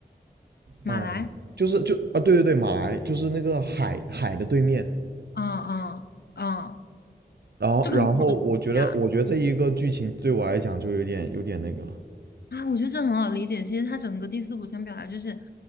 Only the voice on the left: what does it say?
马来，
嗯嗯嗯，
这个很好。啊，我觉得这很好理解。其实他整个第四部想表达就是，